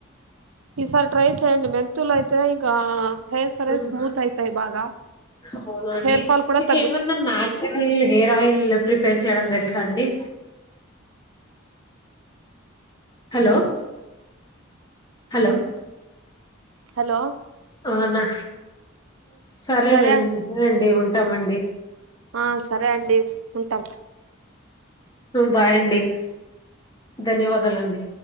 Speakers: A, on the right (about 80°); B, on the left (about 20°).
A: ఈసారి ట్రై చేయండి మెంతులయితే ఇంకా హెయిర్స్ అనేవి
B: మ్మ్
A: స్మూత్ అయితాయి బాగా
B: అవునా అండి
A: హెయిర్ ఫాల్ కూడా
B: మీకేమన్నా
A: తగ్గు
B: న్యాచురల్ హెయిర్ ఆయిల్ ప్రిపేర్ చేయడం తెలుసా అండి హలో హలో
A: హలో
B: అవునా సరేనండినండి
A: సరే
B: ఉంటామండి
A: ఆ సరే అండి ఉంటాం
B: బాయ్ అండి ధన్యవాదాలండి